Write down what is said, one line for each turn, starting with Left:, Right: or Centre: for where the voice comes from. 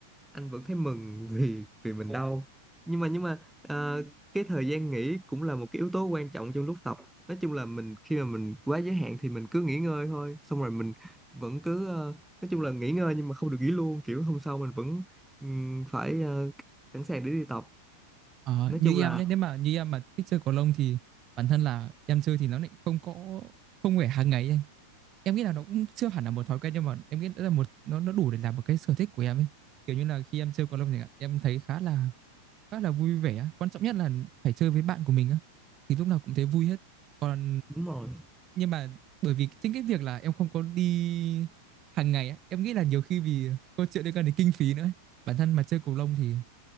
Centre: anh vẫn thấy mừng vì vì mình đau nhưng mà nhưng mà ờ, cái thời gian nghỉ cũng là một cái yếu tố quan trọng trong lúc tập nói chung là mình khi mà mình quá giới hạn thì mình cứ nghỉ ngơi thôi xong rồi mình vẫn cứ ờ, nói chung là nghỉ ngơi nhưng mà không được nghỉ luôn kiểu hôm sau mình vẫn ừm, phải ờ, sẵn sàng để đi tập
Right: Ờ,
Centre: nói
Right: như
Centre: chung à, là
Right: em nhé nếu mà như em mà thích chơi cầu lông thì bản thân là em chơi thì nó lại không có không phải hàng ngày ấy anh em nghĩ là nó cũng chưa hẳn là một thói quen nhưng mà em nghĩ là một nó nó đủ để làm một cái sở thích của em ấy kiểu như là khi em chơi cầu lông thì em thấy khá là khá là vui vẻ Quan trọng nhất là phải chơi với bạn của mình á. Thì lúc nào cũng thấy vui hết. Còn
Centre: đúng ừ. rồi
Right: nhưng mà bởi vì chính cái việc là em không có đi hàng ngày á, em nghĩ là nhiều khi vì câu chuyện liên quan đến kinh phí nữa ấy. Bản thân mà chơi cầu lông thì